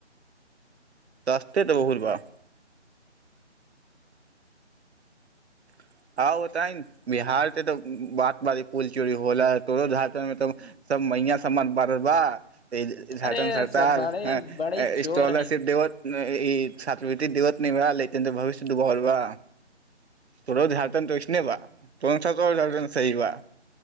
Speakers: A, on the right (about 65°); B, on the left (about 55°).
A: रास्ते तऽ बहुलबा का बताईन बिहार के त बात बारी पुल चोरी होइला तोरो झारखंड मे सब मैया समान बरबा इ झारखंड
B: अरे
A: सरकार
B: सब बड़े बड़े चोर
A: स्कॉलरशिप
B: है
A: देबत नए ई छात्रवृ्ति दैबत नहि बा लेकिन त भविष्य डुबोल बा तोरो झारखंड त ओयसने बा तोन सा तोहर झारखंड सही बा